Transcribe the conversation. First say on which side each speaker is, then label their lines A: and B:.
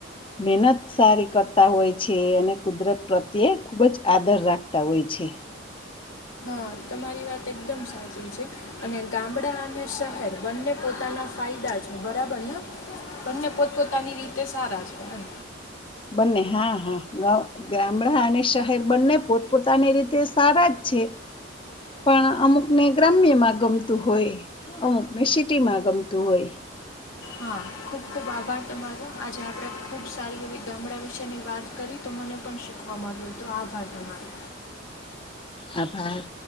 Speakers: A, on the left; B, on the left.
A: મહેનત સારી કરતા હોય છે અને કુદરત પ્રત્યે ખૂબ જ આદર રાખતા હોય છે
B: હા તમારી વાત એકદમ સાચી છે અને ગામડા અને શહેર બંને પોતાના ફાયદા છે બરાબરને બંને પોતપોતાની રીતે સારા છે એમ
A: બંને હા હા ગામડા અને શહેર બંને પોતપોતાની રીતે સારા જ છે પણ અમુકને ગ્રામ્યમાં ગમતું હોય અમુકને સિટીમાં ગમતું હોય
B: હા ખુબ ખુબ આભાર તમારો આજે આપણે ખુબ સારી એવી ગામડા વિશેની વાત કરી તો મને પણ શીખવા મળ્યું હતો આભાર તમારો
A: આભાર